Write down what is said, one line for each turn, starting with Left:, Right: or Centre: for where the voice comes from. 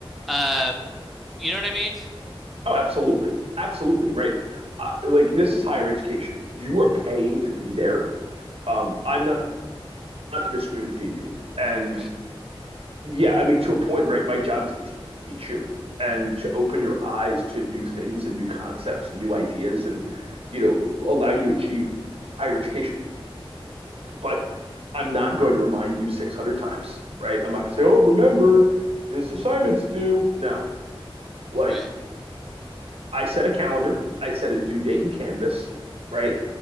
Centre: um you know what I mean?
Right: Oh, absolutely. Absolutely. Right. Uh, like this is higher education. You are paying to be there. Um, I'm not, not going to spoon feed you. And
Centre: Right,
Right: yeah, I mean, to a point, right? My job is to te- teach you and to open your eyes to new things and new concepts and new ideas and, you know, allow you to achieve higher education. But I'm not going to remind you 600 times, right? I'm not going to say, oh, remember this assignment's due. No, like
Centre: right.
Right: I set a calendar, I set a due date in Canvas, right?